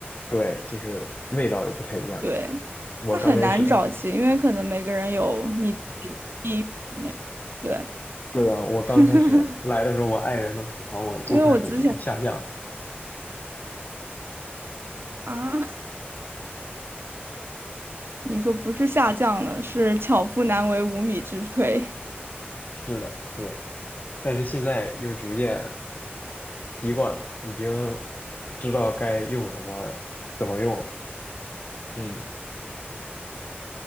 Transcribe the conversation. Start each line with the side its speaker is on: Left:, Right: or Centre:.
Left: 对，就是味道也不太一样。
Right: 对，
Left: 我刚开始
Right: 它很难找齐，因为可能每个人有你自己地域那个对，
Left: <laughs>，是的，我刚开始来的时候，
Right: <laughs>
Left: 我爱人都吐槽我做饭水平下降了。
Right: 因为我之前啊，<laughs> 你说不是下降了，是巧妇难为无米之炊，
Left: 是的，对，但是现在又逐渐习惯了，已经知道该用什么，怎么用了。嗯。